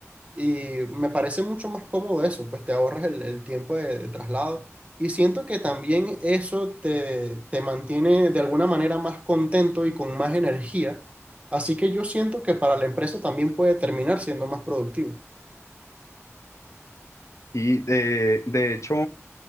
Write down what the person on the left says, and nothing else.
Y de, de hecho,